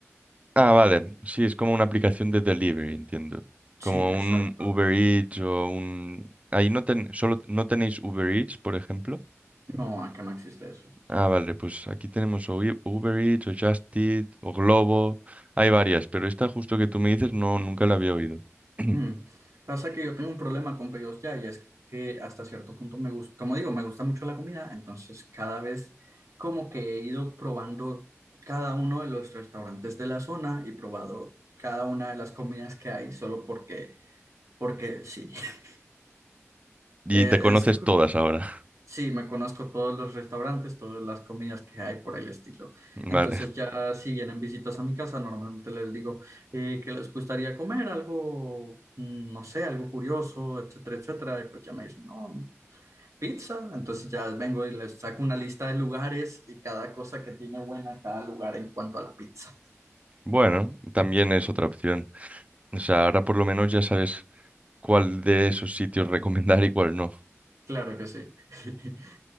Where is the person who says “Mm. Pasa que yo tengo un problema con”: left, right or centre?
Right